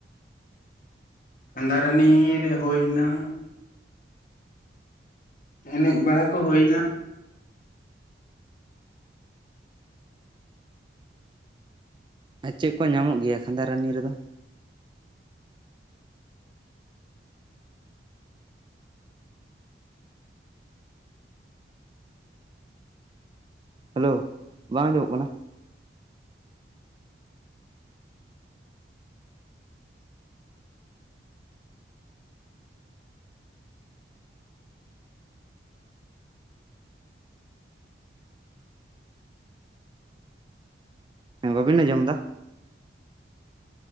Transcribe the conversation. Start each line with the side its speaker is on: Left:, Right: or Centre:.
Left: ᱠᱟᱸᱫᱷᱟ ᱨᱟᱱᱤ ᱨᱮ ᱦᱩᱭ ᱮᱱᱟ᱾ ᱮᱱᱮᱡ ᱵᱟᱲᱟ ᱠᱚ ᱦᱩᱭ ᱮᱱᱟ᱾
Right: ᱟᱨ ᱪᱮᱫ ᱠᱚ ᱧᱟᱢᱚᱜ ᱜᱮᱭᱟ, ᱠᱷᱟᱸᱫᱟ ᱨᱟᱱᱤ ᱨᱮᱫᱚ? ᱦᱮᱞᱳ, ᱵᱟᱝ ᱟᱸᱡᱚᱢᱚᱜ ᱠᱟᱱᱟ? ᱦᱮᱸ, ᱵᱟᱹᱵᱤᱱ ᱟᱸᱡᱚᱢ ᱮᱫᱟ?